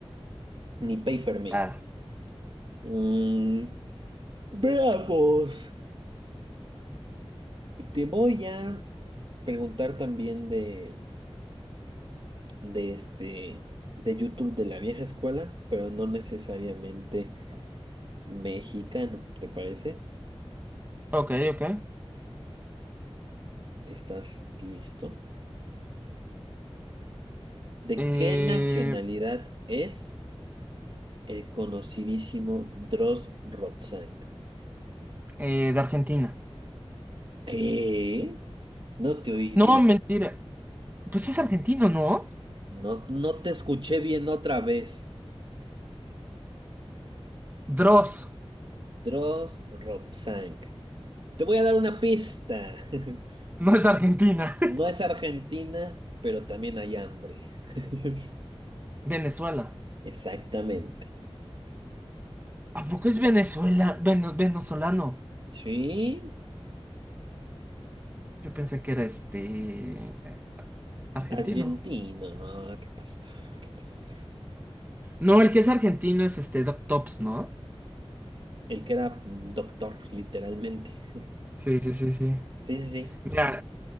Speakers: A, on the right; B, on the right.
A: ni Papermate.
B: Ah.
A: Mm, veamos. Te voy a preguntar también de, de este, de YouTube de la vieja escuela, pero no necesariamente. mexicano, ¿te parece?
B: Ok, ok.
A: ¿Estás listo? ¿De
B: Eh,
A: qué nacionalidad es el conocidísimo Dross Rotzank?
B: eh, de Argentina.
A: ¿Qué? No te oí
B: No,
A: bien.
B: mentira. Pues es argentino, ¿no?
A: No, no te escuché bien otra vez.
B: Dross
A: Dross Rotzank. Te voy a dar una pista. <laughs>
B: no es Argentina.
A: No es Argentina, pero también hay hambre. <laughs>
B: <laughs> Venezuela.
A: Exactamente.
B: ¿A poco es Venezuela? Veno- venezolano.
A: Sí,
B: Yo pensé que era este... Argentino.
A: Argentina. No, ¿qué pasa? ¿Qué pasa?
B: No, el que es argentino es este Doc Tops, ¿no?
A: El que era doctor, literalmente. <laughs>
B: Sí, sí, sí, sí.
A: Sí, sí, sí.
B: Mira,